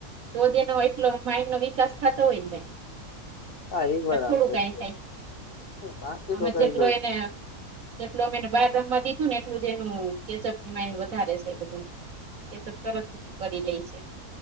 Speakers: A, on the right; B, on the left.
A: તોજેનો એટલો માઇન્ડનો વિકાસ થતો હોયને ભાઈ.
B: હા બરાબર
A: એ થોડું કઈ
B: છે
A: થાય,
B: બાકી
A: અવે
B: તો કઈ
A: જેટલો
B: ન થાય
A: એને જેટલો અમે એને બાર રમવા દીધું ને એટલું જ એનુ માન્ડ વધારે છે બધું. એ તો તરત બધું કરી લે છે,